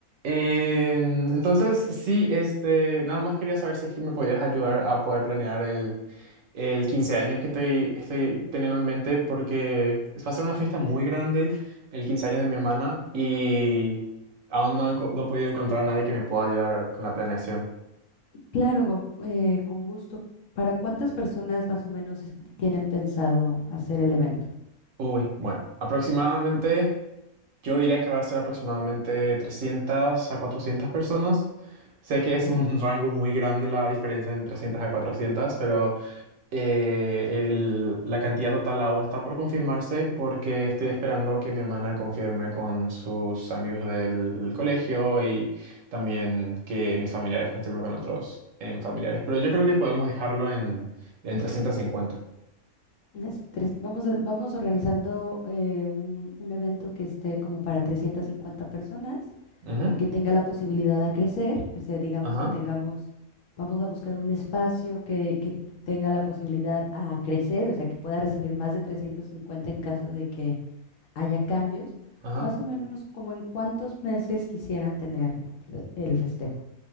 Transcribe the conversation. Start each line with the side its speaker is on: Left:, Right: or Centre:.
Right: Eh, entonces, sí, este, nada más quería saber si es que me podías ayudar a poder planear el, el 15 años que estoy, estoy teniendo en mente, porque es- va a ser una fiesta muy grande, el 15 años de mi hermana, y aún no he, enco- no he podido encontrar a nadie que me pueda ayudar con la planeación.
Left: Claro, eh, con gusto. ¿Para cuántas personas más o menos es- tienen pensado hacer el evento?
Right: Uy, bueno, aproximadamente, yo diría que va a ser aproximadamente 300 a 400 personas. Sé
Left: Ok.
Right: que es un <laughs> rango muy grande la diferencia entre 300 a 400, pero... Eh, el- la cantidad total aún está por confirmarse porque estoy esperando que mi hermana confirme con sus amigos del colegio y también que mis familiares confirmen con otros en familiares. Pero yo creo que podemos dejarlo en, en 350.
Left: Unas tres- vamos, a- vamos organizando eh, un, un evento que esté como para 350 personas,
Right: Ujú,
Left: que tenga la posibilidad de crecer. O sea, digamos
Right: Ajá,
Left: que tengamos, vamos a buscar un espacio que, que tenga la posibilidad a crecer, o sea, que pueda recibir más de 350 en caso de que haya cambios.
Right: ajá.
Left: Más o menos como en cuántos meses quisieran tener el el festejo.